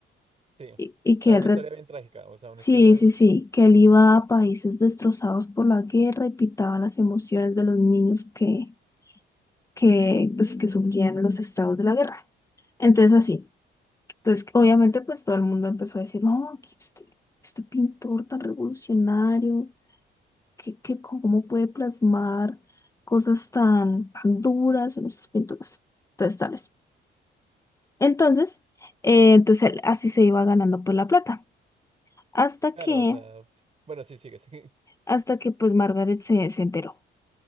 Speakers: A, on the right (about 30°); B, on the left (about 15°).
A: sí. O
B: Y, y que
A: sea, una
B: él, re-
A: historia bien trágica. O sea, una
B: sí,
A: historia.
B: sí, sí, que él iba a países destrozados por la guerra y pitaba las emociones de los niños que que, pues, que surgían los estados de la guerra. Entonces así, entonces obviamente pues todo el mundo empezó a decir, no, que este, este pintor tan revolucionario, que, que cómo puede plasmar cosas tan, tan duras en estas pinturas, entonces tales. Entonces, eh, entonces él- así se iba ganando pues la plata, hasta
A: Claro,
B: que,
A: o sea. Bueno, sí, sigue, sí. <laughs>
B: hasta que pues Margaret se, se enteró.